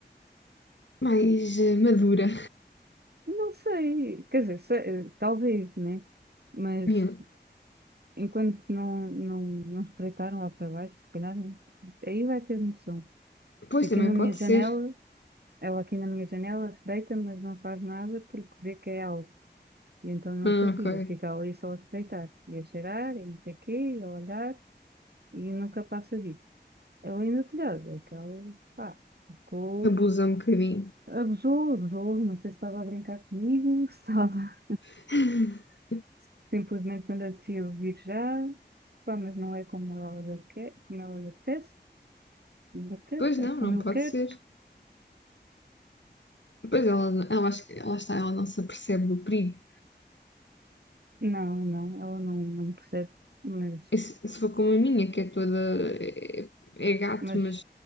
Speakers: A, on the left; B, on the right.
A: mais eh, madura.
B: Não sei, quer dizer, se- talvez, né? Mas
A: <laughs> Yeah.
B: enquanto não, não, não espreitaram lá para baixo, se calhar, aí vai ter noção.
A: Pois
B: E aqui
A: também
B: na minha
A: pode
B: janela,
A: ser.
B: ela aqui na minha janela espreita, mas não faz nada porque vê que é algo. E então não
A: Ah,
B: se atira,
A: ok.
B: fica ali só a espreitar, e a cheirar, e não sei o quê, e a olhar, e nunca passa disso. Ela ainda telhada, aquela, pá, ficou,
A: Abusa um bocadinho.
B: abusou, abusou, não sei se estava a brincar comigo, se estava
A: <laughs>
B: <laughs> simplesmente não descia ouvir já, pá, mas não é como ela lhe aque- como ela lhe apetece, lhe apetece,
A: Pois não,
B: é como
A: não
B: eu
A: pode
B: quero.
A: ser. Pois ela, ela, acho que- lá está, ela não se apercebe do perigo.
B: Não, não, ela não, não percebe, mas,
A: E se, se for como a minha, que é toda. É, é gato,
B: mas,
A: mas